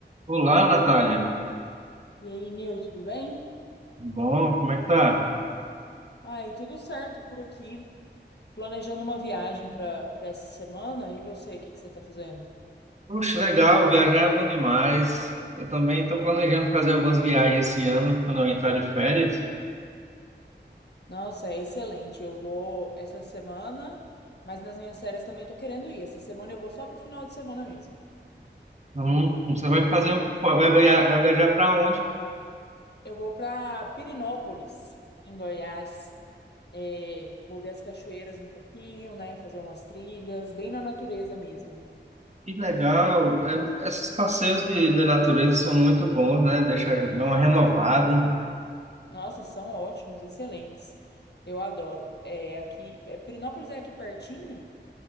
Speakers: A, on the right (about 40°); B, on the left (about 65°).
A: Olá, Natália.
B: E aí, Nil, tudo bem?
A: Bom, como é que tá?
B: Ai, tudo certo por aqui. Planejando uma viagem para para essa semana. E você, o que que você tá fazendo?
A: Puxa, legal, viajar é bom demais. Eu também estou planejando fazer algumas viagens esse ano, quando eu entrar de férias.
B: Nossa, é excelente. Eu vou essa semana, mas nas minhas férias também tô querendo ir. Essa semana eu vou só pro final de semana mesmo.
A: Hum, você vai fazer, o- vai viajar, vai viajar para onde?
B: Eu vou para Pirinópolis, em Goiás. É, vou ver as cachoeiras um pouquinho, né? Fazer umas trilhas, bem na natureza mesmo.
A: Que legal. É, esses passeios de, de natureza são muito bons, né? Deixa a gente dar uma renovada.
B: Nossa, são ótimos, excelentes. Eu adoro. É aqui, é, Pirinópolis é aqui pertinho.